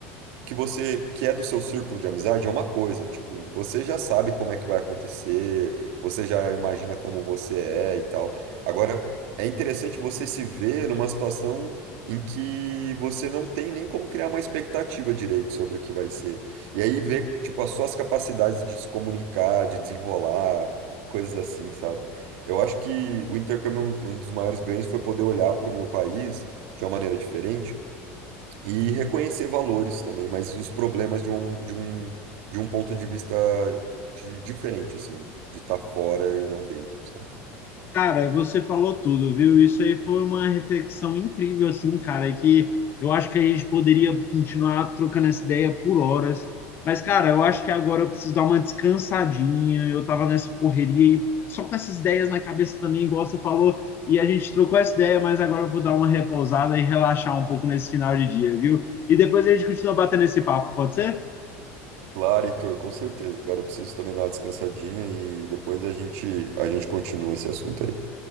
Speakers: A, on the right; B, on the left.
A: que você que é do seu círculo de amizade é uma coisa, tipo, você já sabe como é que vai acontecer, você já imagina como você é e tal. Agora, é interessante você se ver numa situação em que você não tem nem como criar uma expectativa direito sobre o que vai ser. E aí ver, tipo, as suas capacidades de se comunicar, de desenrolar, coisas assim, sabe? Eu acho que o intercâmbio, é um um dos maiores ganhos foi poder olhar para o meu país de uma maneira diferente e reconhecer valores também, mas os problemas de um, de um, de um ponto de vista de, diferente, assim, de estar fora e não dentro, sabe?
B: Cara, você falou tudo, viu? Isso aí foi uma reflexão incrível, assim, cara, que eu acho que a gente poderia continuar trocando essa ideia por horas. Mas, cara, eu acho que agora eu preciso dar uma descansadinha. Eu tava nessa correria e só com essas ideias na cabeça também, igual você falou, e a gente trocou essa ideia, mas agora eu vou dar uma repousada e relaxar um pouco nesse final de dia, viu? E depois a gente continua batendo esse papo, pode ser?
A: Claro, Heitor, com certeza, cara. Eu preciso também dar uma descansadinha e depois a gente, a gente continua esse assunto aí.